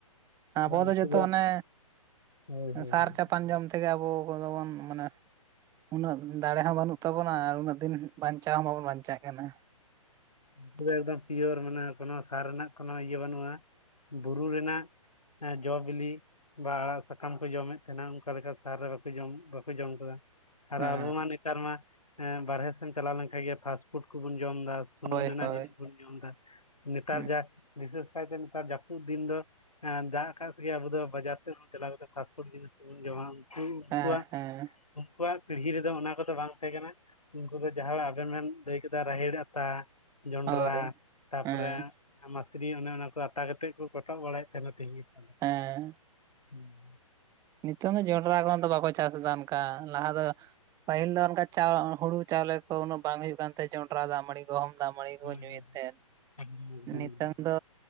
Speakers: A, on the left; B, on the right.
A: ᱛᱟᱯᱚᱨᱮ
B: ᱟᱵᱚ ᱫᱚ
A: ᱩᱱᱠᱩ
B: ᱡᱚᱛᱚ ᱚᱱᱮ
A: ᱦᱳᱭ ᱦᱳᱭ
B: ᱥᱟᱨ
A: ᱦᱳᱭ
B: ᱪᱟᱯᱟᱱ ᱡᱚᱢ ᱛᱮ ᱛᱮᱜᱮ ᱟᱵᱚ ᱠᱚᱫᱚ ᱵᱚᱱ ᱢᱟᱱᱮ ᱩᱱᱟᱹᱜ ᱫᱟᱲᱮ ᱦᱚᱸ ᱵᱟᱹᱱᱩᱜ ᱛᱟᱵᱚᱱᱟ ᱟᱨ ᱩᱱᱟᱹᱜ ᱫᱤᱱ ᱪᱟᱣ ᱦᱚᱸ ᱵᱟᱵᱚᱱ ᱵᱟᱧᱪᱟᱜ ᱠᱟᱱᱟ
A: ᱩᱠᱩ ᱫᱚ ᱮᱠᱫᱚᱢ ᱯᱤᱭᱳᱨ ᱢᱟᱱᱮ ᱠᱳᱱᱳ ᱥᱟᱨ ᱨᱮᱱᱟᱜ ᱠᱳᱱᱳ ᱤᱭᱟᱹ ᱵᱟᱹᱱᱩᱜᱼᱟ ᱵᱩᱨᱩ ᱨᱮᱱᱟᱜ ᱡᱚ ᱵᱤᱞᱤ ᱵᱟ ᱟᱲᱟᱜ ᱥᱟᱠᱟᱢ ᱠᱚ ᱡᱚᱢᱮᱫ ᱛᱟᱦᱮᱸᱱᱟ ᱚᱱᱠᱟᱞᱮᱠᱟ ᱥᱟᱦᱟᱨ ᱨᱮ ᱵᱟᱠᱚ ᱡᱚᱢ ᱟᱠᱟᱫᱟ ᱟᱨ
B: ᱦᱮᱸ
A: ᱟᱵᱚ ᱢᱟ ᱱᱮᱛᱟᱨ ᱢᱟ ᱵᱟᱨᱦᱮ ᱥᱮᱱ ᱪᱟᱞᱟᱣ ᱞᱮᱱᱠᱷᱟᱱ ᱜᱮ ᱯᱷᱟᱥᱴ ᱯᱷᱩᱰ ᱠᱚᱵᱚᱱ ᱡᱚᱢ ᱮᱫᱟ ᱥᱩᱱᱩᱢ
B: ᱦᱳᱭ
A: ᱨᱮᱱᱟᱜ
B: ᱦᱳᱭ
A: ᱡᱤᱱᱤᱥ ᱵᱚᱱ ᱡᱚᱢ ᱮᱫᱟ ᱱᱮᱛᱟᱨ
B: ᱦᱩᱸ
A: ᱡᱟ ᱵᱤᱥᱮᱥ ᱠᱟᱭᱛᱮ ᱱᱮᱛᱟᱨ ᱡᱟᱹᱯᱩᱫ ᱫᱤᱱ ᱫᱚ ᱸ ᱫᱟᱜ ᱠᱟᱜ ᱠᱚᱜᱮ ᱟᱵᱚ ᱫᱚ ᱵᱟᱡᱟᱨ ᱥᱮᱫ ᱪᱟᱞᱟᱣ ᱠᱟᱛᱮ ᱯᱷᱟᱥᱯᱷᱩᱰ ᱡᱤᱱᱤᱥ ᱠᱚᱵᱚᱱ ᱡᱚᱢᱟ ᱩᱱᱠᱩᱣᱟᱜ
B: ᱦᱮᱸ ᱦᱮᱸ
A: ᱩᱱᱠᱩᱣᱟᱜ ᱯᱤᱲᱦᱤ ᱨᱮᱫᱚ ᱚᱱᱟ ᱠᱚᱫᱚ ᱵᱟᱝ ᱛᱟᱦᱮᱸ ᱠᱟᱱᱟ ᱩᱱᱠᱩ ᱫᱚ ᱡᱟᱦᱟᱸ ᱟᱵᱮᱱ ᱵᱮᱱ ᱞᱟᱹᱭ ᱨᱟᱦᱮᱲ ᱟᱛᱟ ᱡᱚᱱᱰᱽᱨᱟ
B: ᱦᱳᱭ
A: ᱛᱟᱯᱚᱨᱮ
B: ᱦᱮᱸ
A: ᱢᱟᱥᱨᱤ ᱚᱱᱮ ᱚᱱᱟ ᱠᱚ ᱟᱛᱟ ᱠᱟᱛᱮᱫ ᱠᱚ ᱠᱚᱴᱚᱜ ᱵᱟᱲᱟᱭᱮᱫ ᱛᱟᱦᱮᱸᱱᱟ ᱛᱮᱦᱤᱧ ᱜᱟᱯᱟ ᱫᱚ
B: ᱦᱮᱸ
A: ᱦᱮᱸ
B: ᱱᱤᱛᱚᱜ ᱫᱚ ᱡᱚᱱᱰᱨᱟ ᱠᱚᱦᱚ ᱫᱚ ᱵᱟᱠᱚ ᱪᱟᱥ ᱮᱫᱟ ᱚᱱᱠᱟ ᱞᱟᱦᱟ ᱫᱚ ᱯᱟᱹᱦᱤᱞ ᱫᱚ ᱚᱱᱠᱟ ᱪᱟ ᱦᱩᱲᱩ ᱪᱟᱣᱞᱮ ᱠᱚ ᱩᱱᱟᱹᱜ ᱵᱟᱝ ᱦᱩᱭᱩᱜ ᱠᱟᱱ ᱛᱟᱦᱮᱸᱱ ᱡᱚ ᱡᱚᱴᱨᱟ ᱫᱟᱜ ᱢᱟᱹᱲᱤ ᱠᱚ ᱫᱟᱜ ᱢᱟᱲᱤ ᱠᱚ
A: ᱦᱳᱭ
B: ᱧᱩᱭᱮᱫ
A: ᱦᱳᱭ
B: ᱛᱟᱦᱮᱱ
A: ᱮᱠᱫᱚᱢ ᱮᱠᱫᱚᱢ
B: ᱱᱤᱛᱚᱝ ᱫᱚ